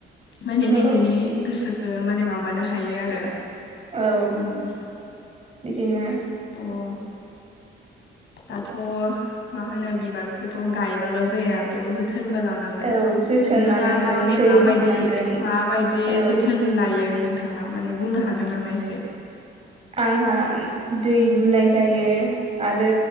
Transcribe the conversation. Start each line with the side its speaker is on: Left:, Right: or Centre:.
Left: माने
Right: औ
Left: निजेनि गोसोखो माने माबानो हायो आरो
Right: औ
Left: उम
Right: बिदिनो
Left: थ' दाथ' मा होनो बिबारखौथ' गायबाल' जाया थ' जोथोनबो लान नांगोन
Right: औ जोथोन
Left: नोंथाङा
Right: लानांगोन
Left: माबनै
Right: दै
Left: माबायदि
Right: होनांगोन
Left: माबायदि
Right: औ
Left: जोथोन लायो नों थाङा माने बुंनो हागोन नामा एसे?
Right: आंहा दै लुनाय जायो आरो